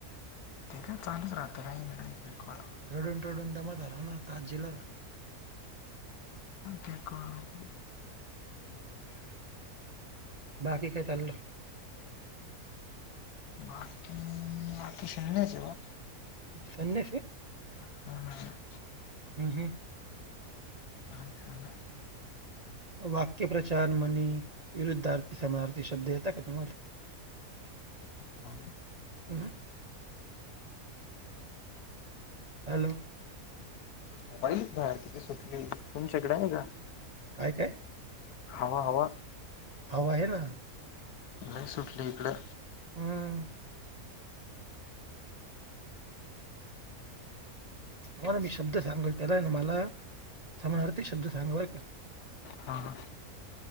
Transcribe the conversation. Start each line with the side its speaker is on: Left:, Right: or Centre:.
Left: ते काय चालच राहतं <unintelligible>
Right: रडून रडून दमा झाला ना आता आजीला
Left: ते करुन
Right: बाकी काय चालूय
Left: <unintelligible>
Right: संन्यासी
Left: <unintelligible>
Right: हू हू
Left: कहाणी सांगा
Right: वाक्यप्रचार म्हणी विरुद्धार्थी समणार्थी शब्द येता का तुम्हाला
Left: हो
Right: हं, हॅलो
Left: मोबाईल बाहेर किती सुटकिल तुमच्याकडे आहे का
Right: काय काय
Left: हवा हवा
Right: हवा आहे ना
Left: लय सुटली ईकड
Right: हम्म. तुम्हाला मी शब्द सांगल, त्याला आणि मला समणारथी शब्द सांगा बर का
Left: हां.